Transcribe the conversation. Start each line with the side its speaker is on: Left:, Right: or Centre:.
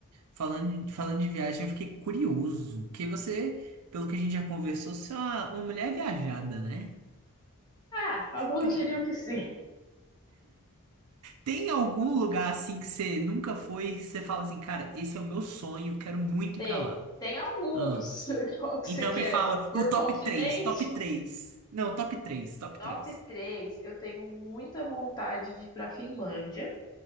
Right: Falando, falando de viagem, eu fiquei curioso. Que você, pelo que a gente já conversou, você é uma, uma mulher viajada, né?
Left: Ah, alguns
Right: Tem,
Left: diriam que sim.
Right: tem algum lugar assim que você nunca foi, que você fala assim, cara, esse é o meu sonho, quero muito
Left: Tem,
Right: ir pra lá.
Left: tem alguns.
Right: Ah.
Left: <laughs> Qual que
Right: Então
Left: você quer?
Right: me fala
Left: Por
Right: o top
Left: continente?
Right: três top três Não, top três top
Left: Top
Right: três
Left: 3. Eu tenho muita vontade de ir para Finlândia.